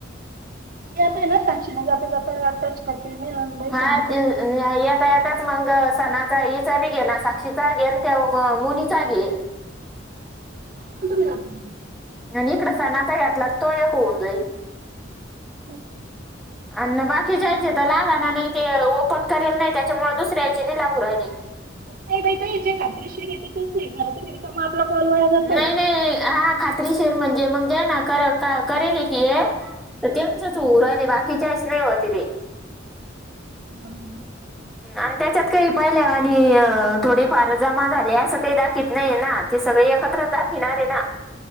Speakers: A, on the right; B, in the centre.
A: मी आता ना साक्षीला जाता-जाता टच करते मी राणीबाई
B: हा
A: फोन उचलती
B: ते
A: नाही.
B: येता येताच मग सणाचा हिचा बी घे साक्षीचा घेन ते मोनिचा घे.
A: <unintelligible>
B: अन इकडे सणाचा घेतला तो ऐक होऊन जाईल.
A: कोणाला
B: अन
A: काही
B: बाकीच्याचे
A: नाही फ्री.
B: त लागा ना नाही ते ओपन करेल नाही त्याच्यामुळे दुसऱ्याचे नाही लागू राहिले.
A: नाही बाई ताई जे खात्रीशीर तिथेच सही करा तुम्ही. रिकामा आपला कॉल वाया जातो
B: नाही-नाही हा खात्री शीर म्हणजे मग जेन्ह कर करेल की हे. त त्यांचच होऊ राहिल बाकीच्याच नाही होत ते.
A: <unintelligible>
B: अन त्याच्यात काही पहिल्यावाणी अ थोडेफार जमा झाले असं काही दाखत नाही ना ते सगळे एक एकत्रच दाखीवणार ना